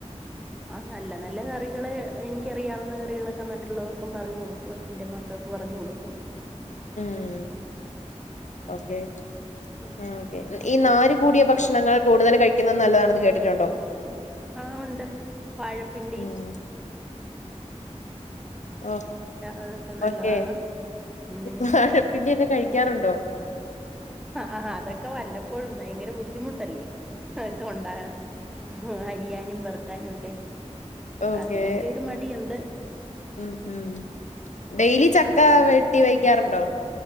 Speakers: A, in the centre; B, on the left.
A: ആ, നല്ല, നല്ല, കറികള്, എനിക്കറിയാവുന്ന, കറികളൊക്കെ, മറ്റുള്ളവർക്കും, പറഞ്ഞു, കൊടുക്കും, എന്റെ, മക്കൾക്ക്, പറഞ്ഞ ഞ്ഞൊടുക്കും.
B: ഉം ഓക്കെ
A: ഉം
B: ആഹ് ഓക്കെ ഈ നാര് കൂടിയ ഭക്ഷണങ്ങൾ കൂടുതൽ കഴിക്കുന്നത് നല്ലതാണെന്ന് കേട്ടിട്ടുണ്ടോ?
A: ആഹ് ഒണ്ട് വാഴപ്പിണ്ടി
B: ഉം ഓഹ
A: അതൊക്കെ നല്ലതാണ്
B: ഓക്കെ
A: പിന്നെ
B: വാഴപ്പിണ്ടി ഒക്കെ കഴിക്കാറുണ്ടോ?
A: ആഹാ അതൊക്കെ വല്ലപ്പോഴും ഭയങ്കര ബുദ്ധിമുട്ടല്ലേ അതൊക്കെ ഒണ്ടാകാം അരിയാനും പെറുക്കാനുവൊക്കെ
B: ഓക്കെ
A: അതിലൊക്കെ ഒരു മടിയൊണ്ട്
B: ഉം ഉം ഡെയിലി ചക്ക വെട്ടി വെയ്ക്കാറുണ്ടോ